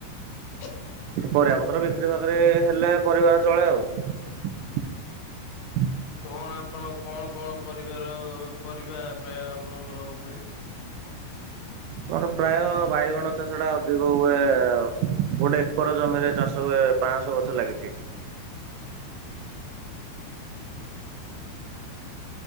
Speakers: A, on the left (about 75°); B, on the right (about 80°).
A: <inaudible>
B: ପରିବା ପତ୍ର ବିକ୍ରି ଫାକ୍ରି ହେଲେ ପରିବାର ଚଳେ ଆଉ। <inaudible>
A: କଣ ଆପଣ କଣ କଣ ପରିବାର ପରିବା ପ୍ରାୟେ ଆପଣଙ୍କର ହୁଏ?
B: ମୋର ପ୍ରାୟ
A: ଚାଷ
B: ବାଇଗଣ
A: କଣ କରନ୍ତି
B: ଚାଷ ଟା
A: ଆପଣ
B: ଅଧିକ
A: କଣ
B: ହୁଏ
A: କଣ?
B: ଆଉ। ଗୋଟେ ଏକର ଜମିରେ ଚାଷ ହୁଏ ପାଁଶ ଗଛ ଲାଗିଚି।
A: <unintelligible>